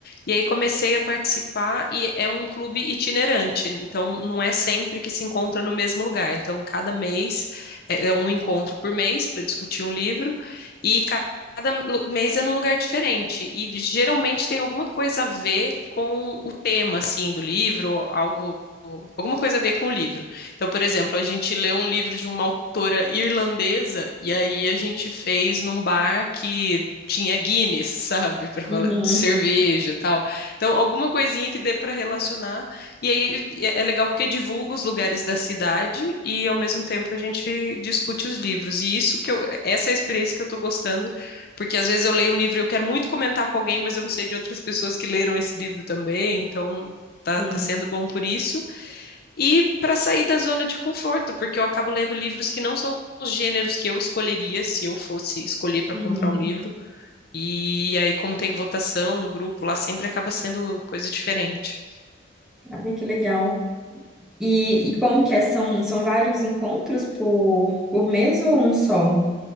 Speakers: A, on the left; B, in the centre.
A: E aí comecei a participar, e é um clube itinerante, então não é sempre que se encontra no mesmo lugar. Então, cada mês é, é um encontro por mês para discutir um livro, e ca- cada lu- mês é num lugar diferente. E geralmente tem alguma coisa a ver com o tema, assim, do livro, algo, alguma coisa a ver com o livro. Então, por exemplo, a gente leu um livro de uma autora irlandesa e aí a gente fez num bar que tinha Guinness, <laughs> sabe, para falar
B: Uhum.
A: de cerveja e tal. Então, alguma coisinha que dê para relacionar. E aí é é legal porque divulga os lugares da cidade e ao mesmo tempo a gente discute os livros. E isso que eu, essa é a experiência que eu tô gostando, porque às vezes eu leio um livro e eu quero muito comentar com alguém, mas eu não sei de outras pessoas que leram esse livro também. Então, tá,
B: Sim.
A: tá sendo bom por isso e para sair da zona de conforto, porque eu acabo lendo livros que não são os gêneros que eu escolheria se eu fosse escolher para
B: Uhum.
A: comprar um livro. E aí, como tem votação no grupo lá, sempre acaba sendo coisa diferente.
B: Ai, que legal. E, e como que é? São, são vários encontros por, por mês ou um só?